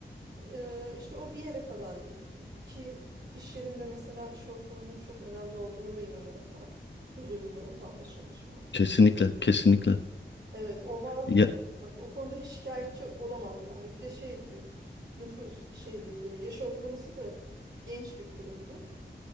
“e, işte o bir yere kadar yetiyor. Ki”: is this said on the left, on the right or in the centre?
Right